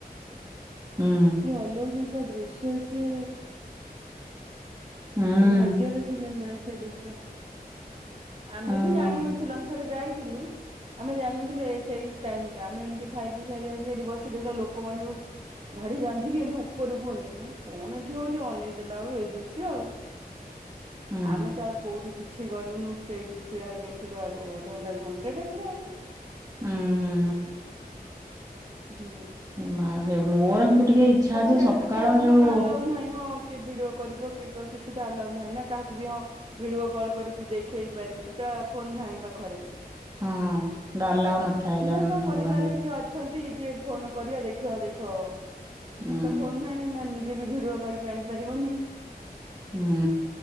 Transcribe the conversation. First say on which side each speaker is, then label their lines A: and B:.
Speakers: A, on the right; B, on the right.
A: ହୁଁ
B: କି ଅଲୌକିକ ଦୃଶ୍ୟ ସେ।
A: ହୁଁ
B: ସେ ଭାଗ୍ୟର ଥିଲେ ମୂଳେ ସେ ଦୃଶ୍ୟ। ଆମେ
A: ଓହୋ
B: ବି ଜାଣିନଥିଲୁ ଆମେ ଥରେ ଯାଇଥିଲୁ। ଆମେ ଜାଣିନଥିଲୁ ସେଇ ଟାଇମ ଟା ଆମେ ଏମିତି ଖାଇ ପିଇ ସାରି ସେଠି ବୁ ଲୋକମାନେ ସବୁ। ଧାଡି ବାନ୍ଧିକି ଏମିତି ଉପରକୁ ଅନେଇଛି କଣ ଏଠି ହଉଛି ଅନେଇ ଦେଲା ବେଳୁ ଏଇ ଦୃଶ୍ୟ ଆଉ।
A: ହୁଁ
B: ଆମେ ତ ଆଉ କୋଉଠି କିଛି। କିଛି ଗଲୁନୁ ସେଇଠି ଛିଡା ହେଇ ଦେଖିଲୁ ଆଗ ଅଧଘଣ୍ଟା ଘଣ୍ଟାଟେ ପୁରା ଆଉ।
A: ହୁଁ ହୁଁ
B: <inaudible> ହୁଁ।
A: ହୁଁ ମା ମୋର କିନ୍ତୁ, ଟିକେ ଇଚ୍ଛା
B: ତାପରେ
A: ଅଛି
B: ସେଠି
A: ସକାଳ
B: ତ ଫୋନ
A: ଯୋଉ
B: ଫୋନ ଆଲାଉ ନାହିଁ ହଁ। କି ଭିଡିଓ କରିବ କି କିଛି ତ ଆଲାଉ ନାହିଁ ନା କାହାକୁ ବି ହଁ ଭିଡିଓ କଲ୍ କରି ତୁ ଦେଖେଇ ପାରିବୁ ସିନା। ଫୋନ୍ ନାହିଁ ପାଖରେ।
A: ହଁ ଆଲାଉ ନଥାଏ ଜଗନ୍ନାଥଙ୍କ
B: ଧର ତାମ ପରିବାରରେ
A: ମନ୍ଦିର
B: କିଏ ଅଛନ୍ତି। ଟିକେ ଫୋନ କରିବା ଦେଖ ଦେଖ
A: ହୁଁ
B: କିତ ଫୋନ ନାଇଁ। କିଏବି ଭିଡିଓ କରିକି ଆଣିପାରିବନି।
A: ହୁଁ